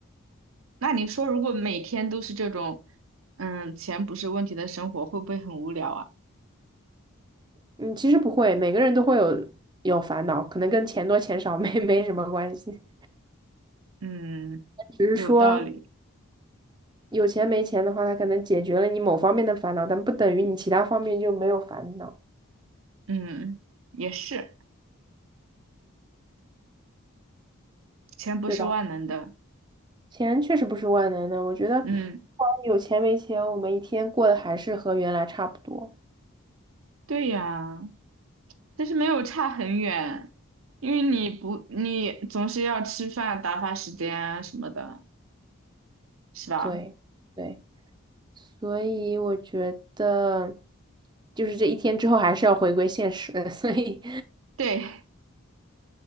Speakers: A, on the right; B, on the right.
A: 那你说，如果每天都是这种，嗯，钱不是问题的生活，会不会很无聊啊？
B: 嗯，其实不会，每个人都会有有烦恼，可能跟钱多钱少 <laughs> 没没什么关系，
A: 嗯，
B: 只是说
A: 有道理。
B: 有钱没钱的话，它可能解决了你某方面的烦恼，但不等于你其他方面就没有烦恼，
A: 嗯，也是，钱不是万能的。
B: 对吧？钱确实不是万能的，我觉得不管有钱没钱，
A: 嗯，
B: 我们一天过得还是和原来差不多。
A: 对呀，但是没有差很远，因为你不，你总是要吃饭、打发时间啊什么的，是吧？
B: 对，对，所以我觉得，就是这一天之后还是要回归现实。<laughs> 所以，
A: 对，